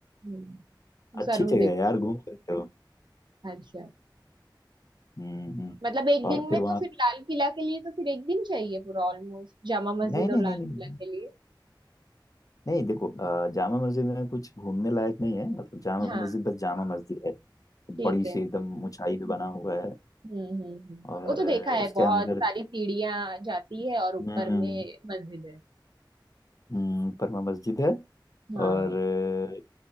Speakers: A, on the right; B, on the left.
A: हम्म
B: अच्छी
A: जरूर
B: जगह
A: देखूंगी
B: है यार घूम सकते हो
A: अच्छा
B: हम्म हम्म।
A: मतलब एक दिन
B: और फिर
A: में
B: वहां
A: तो फिर लाल किला के लिए तो फिर एक दिन चाहिए पूरा ऑलमोस्ट जामा मस्जिद
B: नहीं नहीं
A: और लाल
B: नहीं
A: किला
B: नहीं
A: के लिए
B: नहीं देखो अ, जामा मस्जिद में कुछ घूमने लायक नहीं है मतलब जामा
A: हाँ
B: मस्जिद बस जामा मस्जिद है
A: ठीक
B: बड़ी
A: है
B: सी एकदम ऊंचाई
A: हम्म
B: पे बना हुआ है
A: हम्म हम्म।
B: और
A: वो तो
B: अ,
A: देखा है
B: उसके
A: बहुत
B: अंदर
A: सारी सीढ़ियां जाती है और ऊपर
B: हम्म
A: में मस्जिद है
B: हम्म, परमा मस्जिद है
A: हाँ
B: और अ,